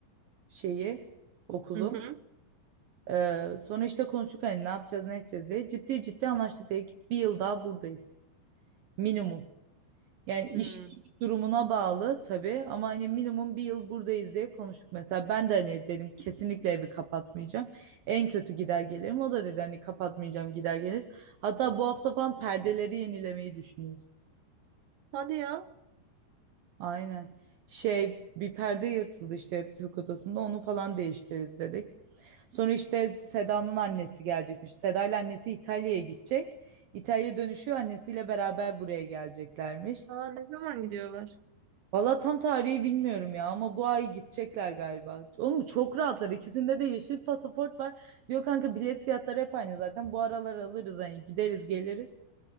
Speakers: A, on the right (about 65°); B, on the right (about 85°).
A: şeyi okulu.
B: Hı hı.
A: Ee, sonra işte konuştuk hani ne yapacağız ne edeceğiz diye. Ciddi ciddi anlaştık dedik ki bir yıl daha buradayız. Minimum. Yani
B: Hmm.
A: iş güç durumuna bağlı tabii ama hani minimum bir yıl buradayız diye konuştuk. Mesela ben de hani dedim kesinlikle evi kapatmayacağım. En kötü gider gelirim. O da dedi hani kapatmayacağım gider geliriz. Hatta bu hafta falan perdeleri yenilemeyi düşünüyoruz.
B: Hadi ya.
A: Aynen. Şey bir perde yırtıldı işte yatak odasında onu falan değiştiririz dedik. Sonra işte Seda'nın annesi gelecekmiş. Seda annesi İtalya'ya gidecek. İtalya dönüşüyor annesiyle beraber buraya geleceklermiş.
B: Aa, ne zaman gidiyorlar?
A: Valla tam tarihi bilmiyorum ya ama bu ay gidecekler galiba. Oğlum çok rahatlar. İkisinde de yeşil pasaport var. Diyor kanka bilet fiyatları hep aynı zaten. Bu aralar alırız hani gideriz geliriz.